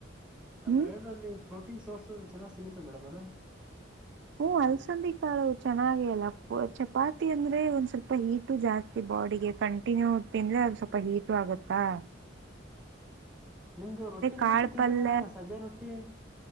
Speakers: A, on the right (about 65°); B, in the centre.
A: ಹ್ಮ್
B: ಮೇಲ್ಲಿೋ ಪ್ರೋಟೀನ್ ಸೋರ್ಸ್ ಚೆನ್ನಾಗಿ್ ಸಿಗುತ್ತೆ ಮೇಡಮ್ ಅವರ
A: ಹ್ಮ ಅಲ್ಸಂದಿ ಕಾಳು ಚೆನ್ನಾಗ ಅಲ್ಲ ಚಪಾತಿ ಅಂದ್ರೆ ಒಂದ್ ಸ್ವಲ್ಪ ಹೀಟು ಜಾಸ್ತಿ ಬಾಡಿಗೆ ಕಂಟಿನ್ಯೂ ತಿಂದ್ರೆ ಅದು ಸ್ವಲ್ಪ ಹೀಟು ಆಗತ್ತಾ
B: ನಿಮ್ದು ರೊಿದ್
A: ಕಾಳು
B: ಗಿಟ್ಟು ತಿಂದ್ರೆ
A: ಪಲ್ಯ
B: ಬಡವಾರ ಸಜ ರೊಟ್ಟಿ